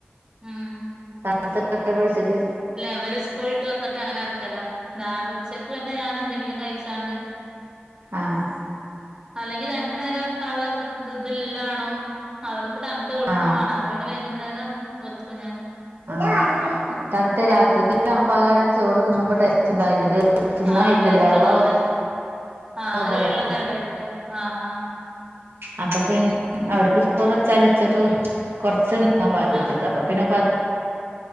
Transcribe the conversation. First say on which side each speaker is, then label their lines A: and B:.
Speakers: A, on the right (about 20°); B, on the right (about 70°).
A: ഉം
B: താത്ത കഷ്ടപടിച്ചിട്ട്
A: അവര് സ്കൂളിട്ട് വന്നിട്ട് അങ്ങനെ വെക്കല ആഹ് ഉച്ചക്ക് പിന്നെ ഞാൻ എന്തെങ്കിലും കഴിച്ചാണ്ട്
B: ആഹ്
A: അല്ലെങ്കി രണ്ടു നേരം വെക്കാനുള്ള ഇ ഇതില്ലാണോ അവർക്ക് തണുത്ത കൊടുക്കും
B: ആ
A: വേണം അപ്പൊ പിന്നെ വൈകുന്നേരം വെക്കും ഞാൻ
B: ആഹ് തണുത്ത് രാത്രിക്ക് തണുപ്പാകാര ചോറ് തിന്നുമ്പോ ടെസ്റ്റ് ഉണ്ടാവില്ല ഒരു തിന്നാൻ
A: ആഹ്
B: വെക്കൂല
A: ടേസ്റ്റ്
B: വെള്ളം
A: ഉണ്ടാവൂല
B: ഉള്ള
A: ആഹ് ഒരു
B: പോലെ
A: വെള്ളം
B: ആവൂലേ
A: തണ്ടായിരിക്കൂല്ല ആഹ് ആഹ്
B: അപ്പൊ പിന്നെ അവർക്ക് ചോറ ചലിച്ചക്ക് കൊറച്ച് നാൻ ഉച്ചക്ക്
A: ആഹ്
B: അപ്പൊ പിന്നെ